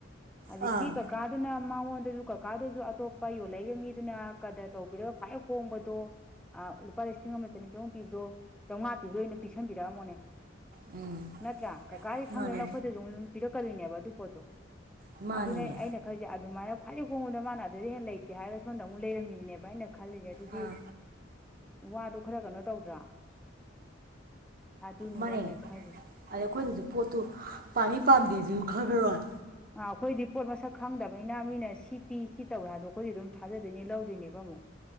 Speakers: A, in the centre; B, on the right (about 50°).
A: ꯍꯧꯖꯤꯛꯀꯤ
B: ꯑꯥ
A: ꯀꯀꯥꯗꯨꯅ ꯃꯉꯣꯟꯗꯖꯨ ꯀꯀꯥꯗꯖꯨ ꯑꯇꯣꯞ ꯄꯥ ꯌꯣꯜꯂꯛꯏꯕ ꯃꯤꯗꯨꯅ ꯀꯗ꯭ꯔ ꯇꯧꯕꯤꯔ ꯈ꯭ꯋꯥꯏ ꯍꯣꯡꯕꯗꯣ ꯑꯥ ꯂꯨꯄꯥ ꯂꯤ ꯂꯤꯁꯤꯡ ꯑꯃ ꯆꯅꯤ ꯆꯍꯨꯝ ꯄꯤꯕꯗꯣ ꯆꯥꯎꯉꯥ ꯄꯤꯕꯗꯣ ꯑꯣꯏꯅ ꯄꯤꯁꯟꯕꯤ ꯄꯤꯔꯛꯑꯝꯃꯣꯅꯦ
B: ꯎꯝ
A: ꯅꯠꯇ꯭ꯔꯥ ꯀꯀꯥꯗꯤ
B: ꯃꯥꯅꯦ
A: ꯈꯪꯗꯕꯅꯤꯅ ꯑꯈꯣꯏꯗꯖꯨ ꯃꯨꯛ ꯄꯤꯔꯛꯀꯗꯣꯏꯅꯦꯕ ꯑꯗꯨ ꯄꯣꯠꯇꯣ <inaudible>
B: ꯃꯥꯅꯤꯅꯦ
A: ꯑꯗꯨꯅꯦ ꯑꯩ ꯑꯩꯅ ꯈꯜꯂꯤꯖꯦ ꯑꯗꯨꯃꯥꯏꯅ ꯈ꯭ꯋꯥꯏꯗꯩ ꯍꯣꯡꯕꯗꯣ ꯃꯥꯅ ꯑꯗꯨꯗꯩ ꯍꯦꯟꯅ ꯂꯩꯇꯦ ꯍꯥꯏꯔꯒ ꯁꯣꯝꯗ ꯑꯃꯨꯛ ꯂꯩꯔꯝꯃꯤꯁꯤꯅꯦꯕ ꯑꯩꯅ ꯈꯜꯂꯤꯖꯦ ꯑꯗꯨꯗꯤ
B: ꯑꯥ
A: ꯋꯥꯗꯣ ꯈꯔ ꯀꯅꯣ ꯇꯧꯗ꯭ꯔꯥ ꯑꯗꯨꯅꯤꯗ
B: ꯃꯥꯟꯅꯦ
A: ꯑꯩꯅ ꯈꯜꯂꯤꯁꯦ
B: ꯑꯗ ꯑꯈꯣꯏꯅꯖꯨ ꯄꯣꯠꯇꯨ ꯄꯥꯝꯃꯤ ꯄꯥꯝꯗꯦꯖꯨ <unintelligible>
A: ꯑꯥ ꯑꯈꯣꯏꯗꯤ ꯄꯣꯠ ꯃꯁꯛ ꯈꯪꯗꯕꯅꯤꯅ ꯃꯤꯅ ꯁꯤ ꯄꯤ ꯁꯤ ꯇꯧꯋꯦ ꯍꯥꯏꯗꯣ ꯑꯈꯣꯏꯗꯤ ꯑꯗꯨꯝ ꯊꯥꯖꯗꯣꯏꯅꯦ ꯂꯧꯗꯣꯏꯅꯦꯕ ꯃꯨꯛ ꯃꯨꯛ